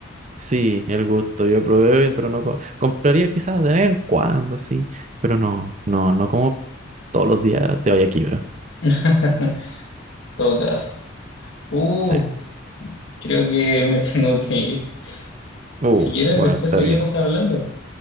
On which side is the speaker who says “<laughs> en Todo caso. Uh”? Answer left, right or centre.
Left